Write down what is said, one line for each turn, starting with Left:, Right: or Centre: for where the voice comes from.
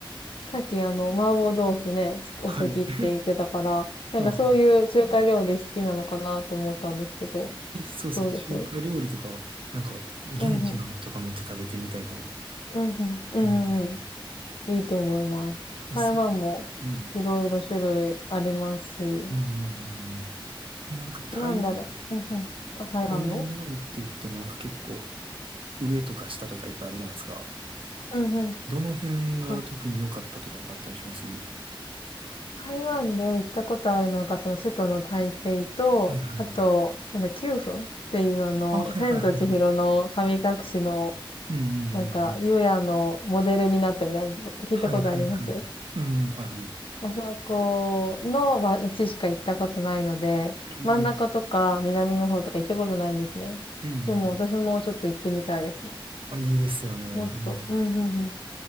Left: さっきあの、麻婆豆腐ね、好きお好きって言ってたから、
Right: はい。<laughs>
Left: なんかそういう中華料理好きなのかなと思ったんですけど、
Right: はいはい。え、そうそう、
Left: どうですうん
Right: 中華料理とか、なんか、現地のとかめっちゃ食べてみたいかも。
Left: うん。うんうん。うんうんう
Right: うん。
Left: ん。いいと思います。
Right: え、
Left: 台湾もいろいろ種類ありますし、
Right: そうですね。うん。うんうんうんうん。え、なんか台湾、
Left: なんだろう。うんうん。あ、台湾の
Right: 台湾って言ってもなんか結構、上とか下とかいっぱいあるじゃないですか。
Left: うんうん。
Right: どの辺が特に良かったとかってあったりしますは
Left: そうですね。台湾で行ったことあるのが、その首都の台北と、
Right: いはい。
Left: あと、なんだ、九份っていうあの、
Right: あ、はいはいはいはい。
Left: 千と千尋の神隠しの、
Right: うんうんうんうん
Left: なんか、ゆうやのモデルになったみたいな、聞いたことあります
Right: はいはいはい。うん、ある。
Left: あそこの街しか行ったことないので、
Right: うんうんうん。
Left: 真ん中とか南の方とか行ったことないんですね。
Right: うんうんうん
Left: でも私もちょっと行ってみたいですね。
Right: あ、いいですよね。うん。
Left: もっと。うん、うん、うん。